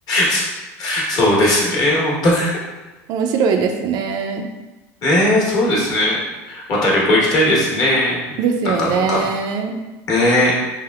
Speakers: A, on the left; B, on the right.
A: そそうですね。本当に
B: 面白いですね。
A: ね。そうですね。また旅行行きたいですね。
B: ですよね。
A: なかなか。ねえ